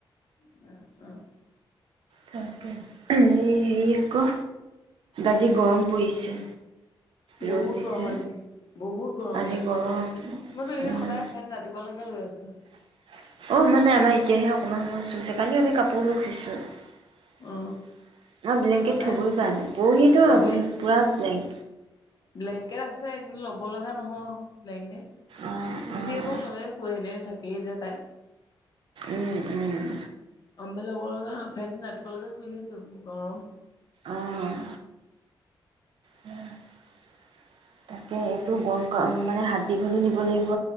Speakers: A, on the left (about 50°); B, on the right (about 85°).
A: উম', অ',।
B: তাকে, এই হেৰি আকৌ আজি গৰম পৰিছে। ৰ'দ
A: বহুত
B: দিছে
A: গৰম আজি, বহুত গৰম
B: আজি
A: ইয়াতো,
B: গৰম।
A: মইতো এনে
B: উম
A: সদায় ফেন ৰাতিপুৱা লৈক লৈ আছো।
B: অ, মানে আমাৰ এতিয়াহে অকমান সময় চুইছে কালি আমি কাপ পৰুফিছ ন
A: অ
B: ব্লেংকট
A: সদায়
B: থবই প নাই, পৰহিতো আ-
A: ব্লে
B: পুৰা ব্লেং
A: ব্লেংকেট আছে কিন্তু ল'ব লগা আ নহয় ব্লেংকেত
B: অঁ
A: তু
B: অঁ
A: চি বাৰু লয়ে শোৱে এনে চাকি পীৰৰে তাই।
B: উম, উম।
A: মেল লবলগা ফেন ৰাতিপুৱালৈকে চলি আছে গৰম।
B: অ',। তাকে, এইটো গৰম মানে হাত দীঘলো নিব লাগিব,